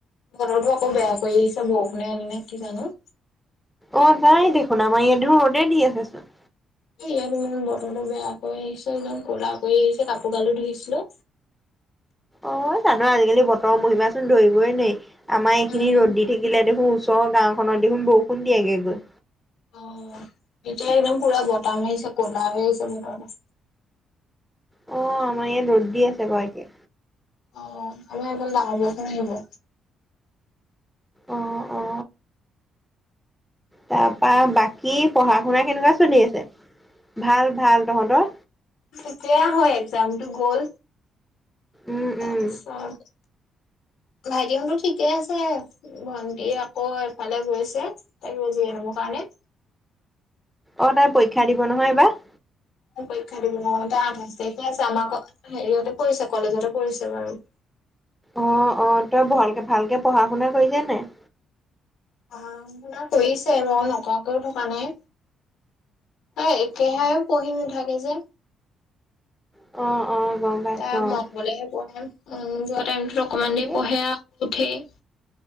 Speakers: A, on the left; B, in the centre.
A: ঘৰতো আকৌ বেয়া কৰি আহিছা বৰষুণে আনে নে কি জানো?
B: অ যাই দেখোন আমাৰ ইয়াত দেখোন ৰদে দি আছে চোন।
A: এ ইয়াত ইমান বতৰটো বেয়া কৰি আহিছে, ইমান কলা কৰি আহিছে, কাপোৰ গালো ধুইছিলো।
B: অ জানো আজিকালি বতৰৰ মহিমাচোন ধৰিবই নোৱাৰি। আমাৰ এইখিনি
A: উম
B: ৰ'দ দি থাকিলে দেখোন ওচৰৰ গাওখনত দেখোন বৰষুণ দিয়গে গৈ
A: অ এতিয়া একদম পুৰা বটামাৰিছে কলা কৰি আহিছে বতৰটো
B: অ আমাৰ ইয়াত ৰ'দ দি আছে বাৰু এতিয়া।
A: অ আমাৰ এইফাল ডাঙৰ বৰষুণ আহিব।
B: অ অ। তাৰ পৰা বাকী পঢ়া শুনা কেনেকুৱা চলি আছে? ভাল ভাল তহঁতৰ?
A: তেতিয়া হয় একজামটো গ'ল।
B: উম,
A: তাৰপিছত
B: উম।
A: ভাইটিহতো ঠিকেই আছে, ভন্টি আকৌ এফালে গৈছে তা কিবা জি এন এম ৰ কাৰণে
B: অ তাই পৰীক্ষা দিব নহয় এবাৰ?
A: পৰীক্ষা দিব অ তাৰ আঠ আছে, কি আছে আমাৰ হেৰিয়তে পৰিছে, কলেজতে পৰিছে বাৰু।
B: আহ আহ, তই ভালক ভালকে পঢ়া শুনা কৰিছে নে নাই?
A: পঢা-শুনা কৰিছে বাৰ নকৰাকেও থকা নাই অ একেহে পঢ়িম। থাকে যে।
B: অ। অ', গম পাইছো
A: তাইৰ
B: অ'।
A: মন গলেহে পঢ়ে। উম, যোৱা টাইমটো তক অকণমান
B: সেই
A: দেৰি পঢ়ে আৰু উঠেই।